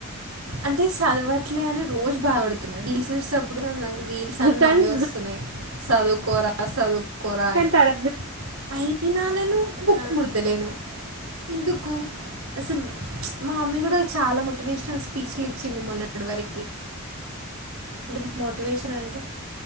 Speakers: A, on the right; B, on the right.
A: అంటే సదవట్లే అని రోజు బాధపడు రీల్స్ చూసేటప్పుడు కూడ నాకు రీల్స్ అన్ని
B: కానీ
A: అవే వస్తున్నయి సదువుకోరా. సదువు కోరా
B: కానీ
A: అని.
B: తర
A: అయినా నేను బుక్
B: ఆ
A: ముడతలేను. ఎందుకు? అసలు మా మమ్మీ కూడా చాలా మోటివేషనల్ స్పీచ్లు ఇచ్చింది మొన్నటి వరకి. అంటే మోటివేషన్ అంటే